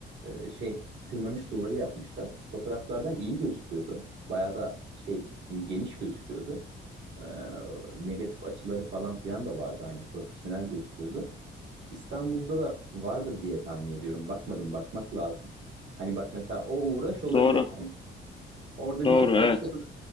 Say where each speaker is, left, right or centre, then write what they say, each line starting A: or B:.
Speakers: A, on the right; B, on the left.
A: e, şey tırmanış duvarı yapmışlar. Fotoğraflardan iyi gözüküyordu. Bayağı da şey geniş gözüküyordu. E, negatif açıları falan filan da vardı. Hani profesyonel gözüküyordu. İstanbul'da da vardır diye tahmin ediyorum. Bakmadım, bakmak lazım. Hani bak mesela o uğraş olabilir.
B: Doğru,
A: Hani orada
B: doğru,
A: bir tek ayakkabını
B: evet.